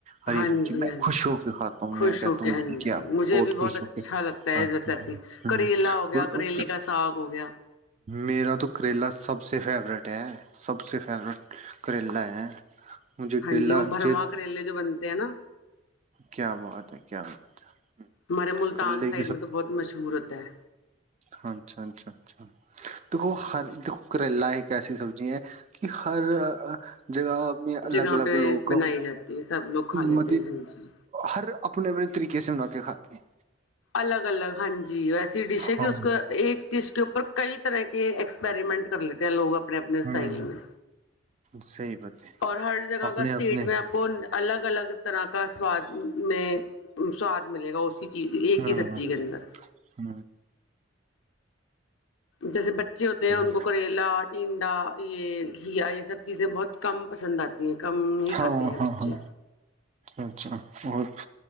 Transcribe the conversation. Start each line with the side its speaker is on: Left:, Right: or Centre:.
Right: ہری
Left: ہاں
Right: سبزی
Left: جی
Right: میں
Left: ہاں جی
Right: خوش ہو کے کھاتا ہوں
Left: خوش
Right: میں کہتا
Left: ہو کے
Right: ہوں
Left: ہاں
Right: کیا
Left: جی مجھے
Right: بہت
Left: بھی
Right: خوش
Left: اچھا
Right: ہو کے
Left: لگتا
Right: کھات
Left: ہے بس ایسی
Right: ہوں
Left: کریلا ہو گیا
Right: اور
Left: کریلے کا ساگ ہو گیا
Right: میرا تو کریلا سب سے فیورٹ ہے سب سے فیورٹ کریلا ہے مجھے
Left: ہاں
Right: کرلا
Left: جی وہ بھرواں
Right: چت
Left: کریلے جو بنتے ہیں نا
Right: کیا بات ہے کیا بات ہے
Left: ہمارے ملتان
Right: کریلے
Left: سائڈ میں تو بہت مشہور ہوتا ہے
Right: ہاںچھا اچھا اچھا دیکھو ہر دیکھو کریلا ایک ایسی سبزی ہے کہ ہر جگہ میں الگ
Left: جگہ
Right: الگ
Left: پہ
Right: لوگ
Left: بنائی جاتی ہے سب لوگ کھا لیتے
Right: م
Left: ہیں ہاں جی
Right: ہر اپنے اپنے طریقے سے منا کے کھاتے ہیں
Left: الگ الگ ہاں جی ویسے ڈش ہے کہ
Right: ہاں
Left: اس کو ایک دس کے اوپر کئی طرح کے سپریمنٹ کر لیتے ہیں لوگ اپنے اپنے
Right: ہوں
Left: اسٹائل میں
Right: صحیح بات ہے
Left: اور ہر جگہ
Right: اپنے
Left: کا اسٹیٹ
Right: اپنے
Left: میں آپ کو الگ الگ طرح کا سواد میں سواد ملے گا اسی چیز ایک
Right: ہاں
Left: ہی سبزی کے اندر
Right: ہ
Left: جیسے بچے ہوتے ہیں ان
Right: ہے
Left: کو کریلا ٹینڈا یہ گیا یہ سب چیزیں بہت کم پسند آتی ہیں کم ہی
Right: ہاں
Left: کھاتے ہیں
Right: ہاں
Left: بچے
Right: ہاں اچھا اچھا اور